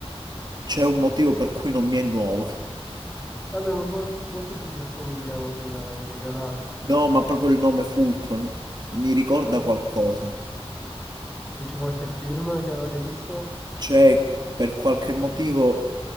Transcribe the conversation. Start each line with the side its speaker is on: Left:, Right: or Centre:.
Right: C'è un motivo per cui non mi è nuovo.
Centre: Vabbè, ma un po' un po' tutti si assomigliano in America, dai.
Right: No, ma proprio il nome Fulton mi ricorda
Centre: Ah.
Right: qualcosa.
Centre: Dici qualche film che avevi visto?
Right: C'è per qualche motivo,